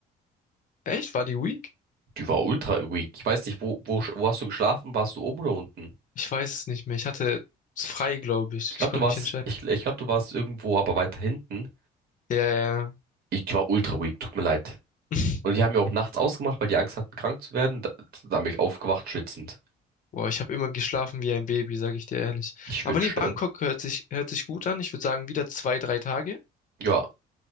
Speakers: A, on the left; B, on the right.
A: Echt? War die Week?
B: Die war ultra weak. Ich weiß nicht, wo, wo, sch- wo hast du geschlafen? Warst du oben oder unten?
A: Ich weiß es nicht mehr. Ich hatte es frei,
B: Ich,
A: glaube ich.
B: ich glaube,
A: Ich konnte
B: du warst,
A: mich entscheiden.
B: ich, ich glaube, du warst irgendwo, aber weiter hinten.
A: Ja, ja.
B: Ich war ultra weak, tut mir leid.
A: <laughs>
B: Und die haben ja auch nachts ausgemacht, weil die Angst hatten, krank zu werden. Da, da bin ich aufgewacht, schwitzend.
A: Boah, ich habe immer geschlafen wie ein Baby, sage ich dir ehrlich.
B: Ich
A: Aber
B: wünschte.
A: nee, Bangkok hört sich, hört sich gut an. Ich würde sagen, wieder zwei, drei Tage.
B: Ja,